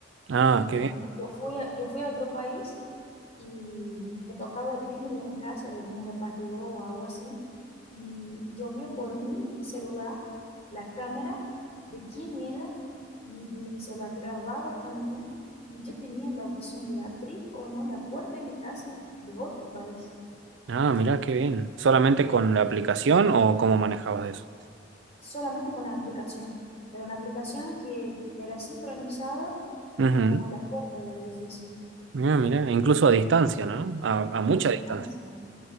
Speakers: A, on the right; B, on the left.
A: Ah,
B: Por
A: qué
B: ejemplo,
A: bien.
B: yo fui a, yo fui a otro país y me tocaba el timbre de mi casa de un repartidor o algo así, y yo vi por mi celular la cámara de quién era y mi celular grababa también, y yo tenía la opción de abrir o no la puerta de mi casa de otro país.
A: Ah, mira, qué bien. ¿Solamente con la aplicación o cómo manejabas
B: solamente con la aplicación. Era una aplicación que era sincronizada
A: eso?
B: con la puerta del edificio.
A: Mira, mira, incluso a distancia, ¿no? A, a mucha
B: A distancia.
A: distancia.